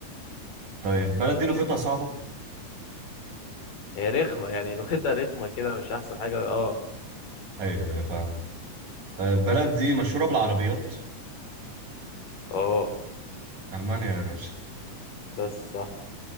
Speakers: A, on the right; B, on the left.
A: طيب البلد دي لغتها صعبة
B: هي رخمة يعني لغتها رخمة كده مش أحسن حاجة اه
A: ايوه يا فاهم طيب البلد دي مشهورة بالعربيات
B: اه
A: ألمانيا يا باشا
B: بس صح